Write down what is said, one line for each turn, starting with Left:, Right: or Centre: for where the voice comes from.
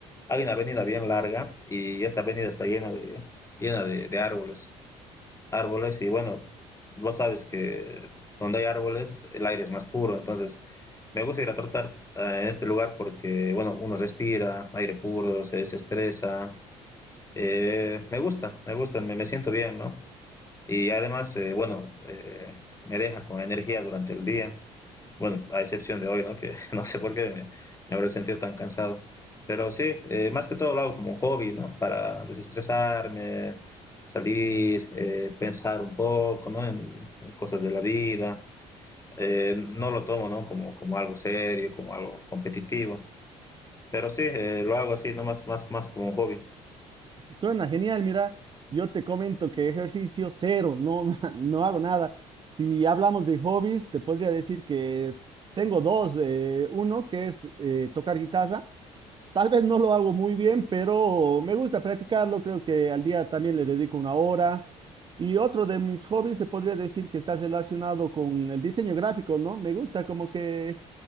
Left: hay una avenida bien larga y esta avenida está llena de, llena de, de árboles árboles y bueno, vos sabes que donde hay árboles el aire es más puro, entonces me gusta ir a trotar eh, en este lugar porque, bueno, uno respira aire puro, se desestresa, eh, me gusta, me gusta, me, me siento bien, ¿no? Y además, eh, bueno, eh, me deja con energía durante el día. Bueno, a excepción de hoy, ¿no? Que <laughs> no sé por qué me, me habré sentido tan cansado. Pero sí, eh, más que todo lo hago como un hobby, ¿no? Para desestresarme, salir, eh, pensar un poco, ¿no? En, en cosas de la vida. Eh, no lo tomo, ¿no? Como, como algo serio, como algo competitivo. Pero sí, eh, lo hago así, no más, más, más como un hobby.
Right: Suena genial, mira, yo te comento que ejercicio cero, no, <laughs> no, no hago nada. Si hablamos de hobbies, te podría decir que tengo dos. eh, uno que es eh, tocar guitarra. Tal vez no lo hago muy bien, pero me gusta practicarlo. Creo que al día también le dedico una hora. Y otro de mis hobbies se podría decir que está relacionado con el diseño gráfico, ¿no? Me gusta como que